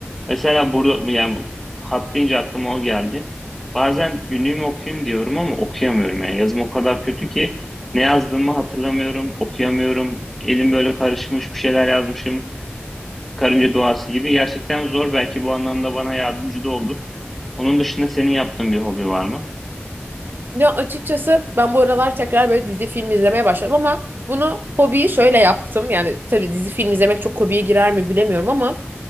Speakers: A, in the centre; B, on the right.
A: Mesela burada yani hat deyince aklıma o geldi. Bazen günlüğümü okuyayım diyorum ama okuyamıyorum. Yani yazım o kadar kötü ki ne yazdığımı hatırlamıyorum, okuyamıyorum. Elim böyle karışmış, bir şeyler yazmışım karınca duası gibi. Gerçekten zor. Belki bu anlamda bana yardımcı da olur. Onun dışında senin yaptığın bir hobi var mı?
B: Ya açıkçası ben bu aralar tekrar böyle dizi film izlemeye başladım ama bunu hobiyi şöyle yaptım. Yani tabii dizi film izlemek çok hobiye girer mi bilemiyorum ama